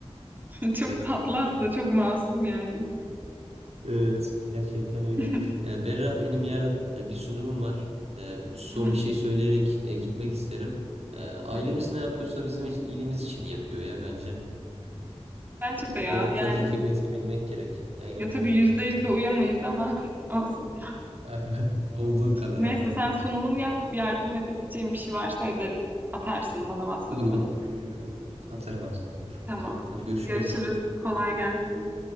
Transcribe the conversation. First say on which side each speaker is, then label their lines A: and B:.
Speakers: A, on the right; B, on the right.
A: <laughs> Çok
B: Evet.
A: tatlı aslında, çok masum yani.
B: Evet, gerçekten
A: <laughs>
B: öyle. Ee, Berra benim yarın e, bir sunumum var. Ee, son
A: Hı hı,
B: bir şey söyleyerek e, gitmek isterim. Ee, ailemiz
A: hı hı.
B: ne yapıyorsa bizim iç- iyiliğimiz için yapıyor ya bence.
A: Bence
B: Onların
A: de ya yani
B: kadir kıymetini bilmek gerek. Aynen
A: ya tabii
B: öyle.
A: yüzde yüz de uyamayız ama <laughs> olsun.
B: <laughs> Olduğu kadar
A: Neyse
B: artık.
A: sen sunumunu yap yardım edebileceğim bir şey varsa ederim. Atarsın bana WhatsApp'tan.
B: Olur olur. Atarım atarım olur.
A: Tamam.
B: Tamam hadi görüşürüz.
A: Görüşürüz. Kolay gelsin.